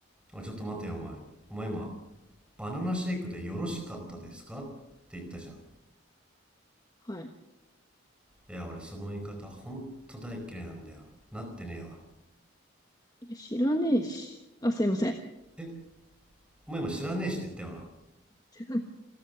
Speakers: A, in the centre; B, on the left.
A: おいちょっと待てよ、お前。お前今、バナナシェイクでよろしかったですかって言ったじゃん。
B: はい。
A: いや、俺その言い方ほんと大嫌いなんだよ。なってねえわ。
B: いや、知らねえし。あ、すいません。
A: え、お前今知らねえしって言ったよな。
B: <laughs>